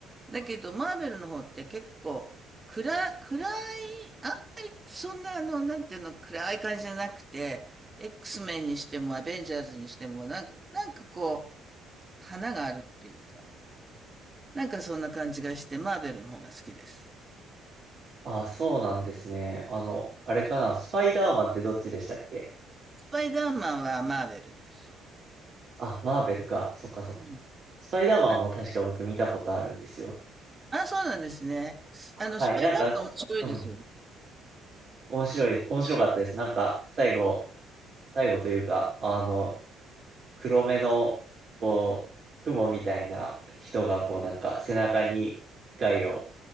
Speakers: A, on the right; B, on the right.
A: だけど、マーベルの方って結構、暗、暗い、あんまりそんなあの、なんていうの、暗い感じじゃなくて、X メンにしてもアベンジャーズにしても、なんか、なんかこう、花があるっていうか、なんかそんな感じがして、マーベルの方が好きです。
B: あ、そうなんですね。あの、あれかな、スパイダーマンってどっちでしたっけ
A: スパイダーマンはマーベルです。
B: あ、マーベルか。そっかそっか。
A: うん。
B: スパイダーマンも確か僕見たことあるんですよ。
A: あ、あ、そうなんですね。すあの、
B: はい、
A: スパイダーマン面白いですよね。
B: なんか、うん、面白い、面白かったです。なんか、最後、最後というか、あの、黒目の、こう、雲みたいな人が、こうなんか背中に害を